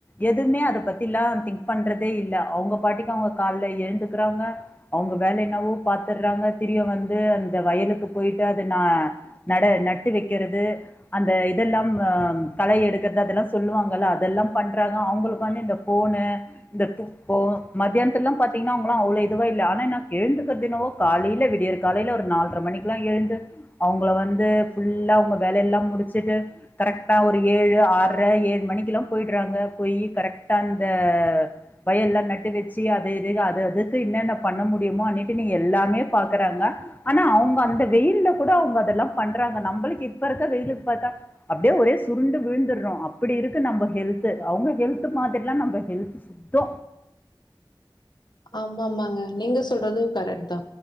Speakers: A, on the left; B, on the left.
A: எதுவ்மே அத பத்தில்லா திங்க் பண்றதே இல்ல அவுங்க பாட்டுக்கு அவுங்க கால்ல எழுந்துக்குறாங்க அவுங்க வேல என்னவோ பாத்துர்றாங்க திரியு வந்து அந்த வயலுக்கு போயிட்டு அதனா நட நட்டு வக்கிறது அந்த இதெல்லாம் அ களை எடுக்கற்து அதெல்லா சொல்லுவாங்கல்ல அதெல்லாம் பண்றாங்க அவுங்களுக்கு வந்து இந்த ஃபோனு இந்த இப்போ மதியானத்துல்லா பாத்தீங்னா அவுங்களா அவ்ளோ இதுவா இல்ல ஆனா இன்னா எழுந்துக்கற்து என்னவோ காலைல விடியற் காலைல ஒரு நால்ர மணிக்குல்லா எழுந்து அவுங்ள வந்து ஃபுல்லா அவுங்க வேலைல்லா முடுச்சுட்டு கரெக்டா ஒரு ஏழு ஆற்ர ஏழு மணிக்கிலா போயிட்றாங்க போயி கரெக்டா இந்த பயர்லா‌ நட்டு வச்சு அது இது அது அதுக்கு இன்னன்ன பண்ண முடியுமோ அனிட்டு னி எல்லாமே பாக்குறாங்க ஆனா அவுங்க அந்த வெயில்ல கூட அவுங்க அதல்லா பண்றாங்க நம்பளுக்கு இப்ப இருக்க வெயிலுக் பாத்தா அப்டியே ஒரே சுருண்டு விழுந்துர்றோ அப்பிடி இருக்கு நம்ப ஹெல்த்து அவுங்க ஹெல்த்து மாதிரில்லா நம்ப ஹெல்த்து சுத்தொ
B: ஆமா ஆமாங்க நீங்க சொல்றது கரெக்ட் தா